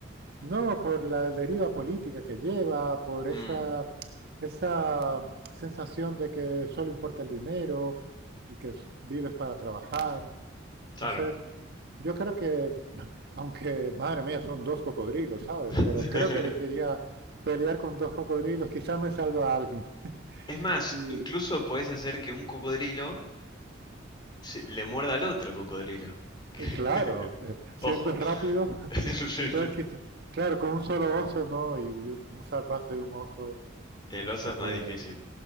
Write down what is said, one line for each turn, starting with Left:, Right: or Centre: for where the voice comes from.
Right: no por la deriva política que lleva, por
Left: Mm,
Right: esa, esa sensación de que solo importa el dinero y que s- vives para trabajar. Entonces,
Left: claro.
Right: yo creo que, <laughs> aunque, madre mía, son dos cocodrilos, ¿sabes?
Left: <laughs>
Right: Pero creo que elegiría pelear con dos cocodrilos, quizás me salva a alguien. <laughs>
Left: Es más,
Right: Y
Left: incluso podés hacer que un cocodrilo se- le muerda al otro cocodrilo. <laughs>
Right: eh, claro, eh, siendo
Left: Ojo.
Right: rápido,
Left: <laughs> Sí,
Right: <laughs>
Left: sí,
Right: entonces quizás, claro, con un solo oso, ¿no? Y, y un, un zarpazo de un oso
Left: el
Right: eh,
Left: oso
Right: te
Left: es
Right: puede...
Left: más difícil.